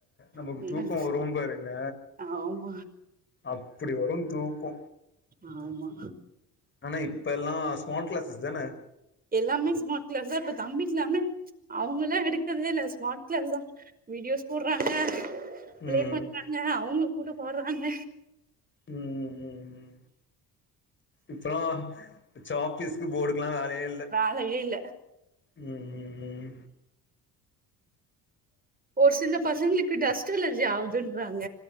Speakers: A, on the left (about 30°); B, on the right (about 25°).
A: நமக்கு
B: இருக்கு
A: தூக்கோ வரு பாருங்க
B: ஆமா
A: அப்டி வரு தூக்கோ
B: ஆமா
A: ஆனா இப்பல்லா ஸ்மார்ட் கிளாஸஸ் தானே
B: எல்லாமே ஸ்மார்ட் கிளாஸ் தா இப்ப தம்பிக்கல்லாமே அவங்கல்லா எடுக்கரதே இல்ல ஸ்மார்ட் கிளாஸ் தா வீடியோஸ் போடுறாங்க பிளே
A: ம்
B: பண்றாங்க அவங்களு கூட பாடுறாங்க
A: உம் உம் உம் உம் அப்பறோ சாப்பிஸ்கு போர்டுகுல்லா வேலயே இல்
B: வேலயே இல்ல
A: உம் உம் உம்
B: ஒரு சில பசங்களுக்கு டஸ்ட் அலர்ஜி ஆகுதுன்றாங்க